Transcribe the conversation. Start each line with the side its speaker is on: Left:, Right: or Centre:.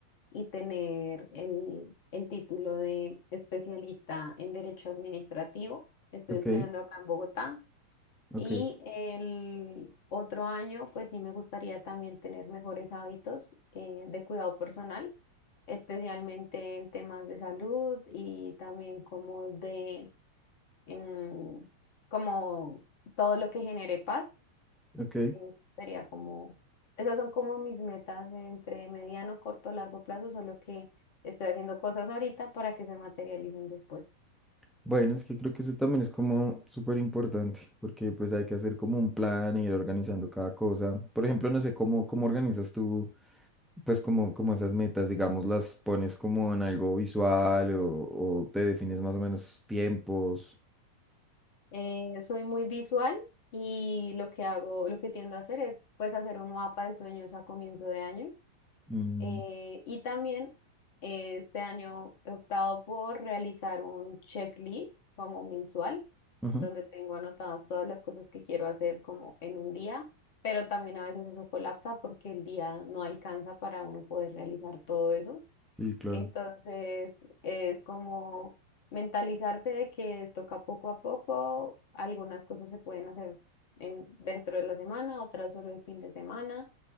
Left: y tener el, el título de especialista en derecho administrativo. Estoy
Centre: ok,
Left: estudiando acá en Bogotá
Centre: ok,
Left: y el otro año pues sí me gustaría también tener mejores hábitos eh, de cuidado personal, especialmente en temas de salud y también como de em, como todo lo que genere paz,
Centre: ok.
Left: eh, sería como, esas son como mis metas entre mediano, corto, largo plazo, solo que estoy haciendo cosas ahorita para que se materialicen después.
Centre: Bueno, es que creo que eso también es como súper importante, porque pues hay que hacer como un plan e ir organizando cada cosa. Por ejemplo, no sé cómo, cómo organizas tú, pues como, como esas metas, digamos, las pones como en algo visual o, o te defines más o menos tiempos.
Left: Eh, soy muy visual y lo que hago, lo que tiendo a hacer es pues hacer un mapa de sueños a comienzo de año
Centre: Mm,
Left: Eh, y también eh, este año he optado por realizar un checklist como mensual,
Centre: ujú,
Left: donde tengo anotadas todas las cosas que quiero hacer como en un día, pero también a veces eso colapsa porque el día no alcanza para uno poder realizar todo eso.
Centre: Sí, claro.
Left: Entonces es como mentalizarse de que toca poco a poco, algunas cosas se pueden hacer en, dentro de la semana, otras solo el fin de semana